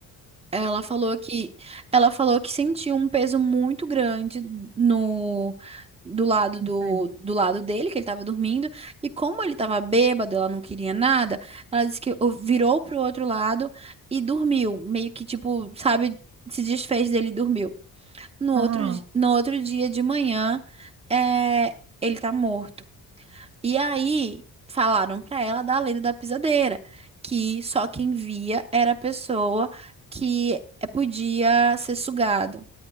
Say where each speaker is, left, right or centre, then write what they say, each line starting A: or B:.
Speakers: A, on the right; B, on the right.
A: Ela falou que ela falou que sentiu um peso muito grande no do lado
B: Não
A: do,
B: sei.
A: do lado dele, que ele tava dormindo, e como ele tava bêbado, ela não queria nada, ela disse que o- virou pro outro lado e dormiu, meio que tipo, sabe, se desfez dele e dormiu. No outro,
B: Ah,
A: di- no outro dia de manhã, é, ele tá morto. E aí falaram pra ela da lenda da pisadeira, que só quem via era a pessoa que eh, podia ser sugado.